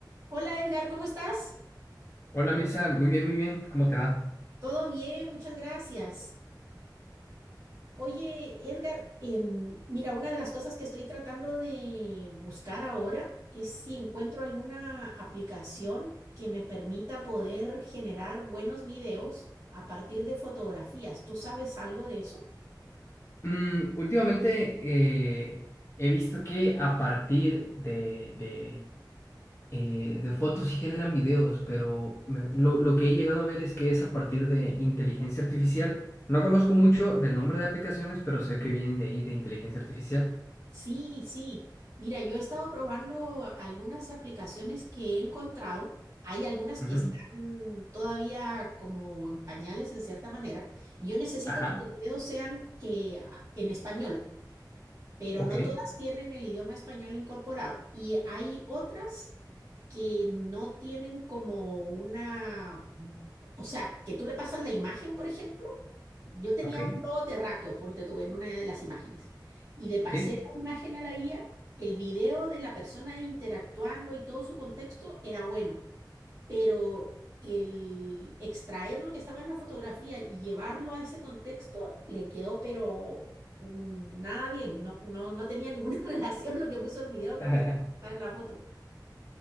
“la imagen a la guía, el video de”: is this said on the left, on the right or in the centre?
Right